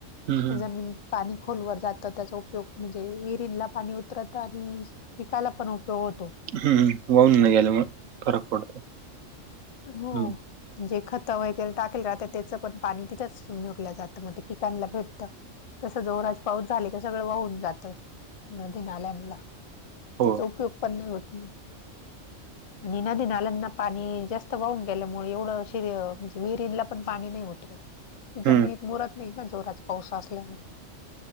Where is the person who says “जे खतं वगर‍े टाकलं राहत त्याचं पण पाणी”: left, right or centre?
Left